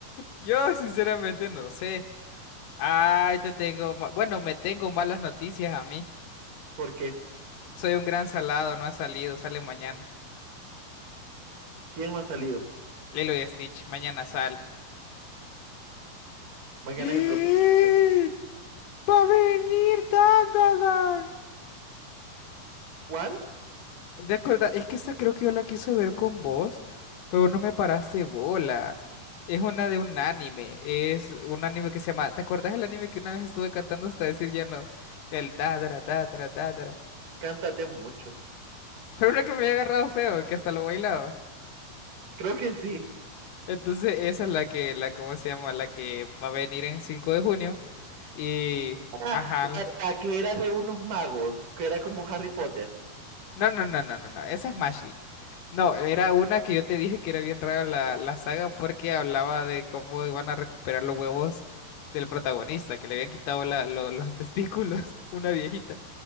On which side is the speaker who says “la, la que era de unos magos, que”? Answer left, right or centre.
Right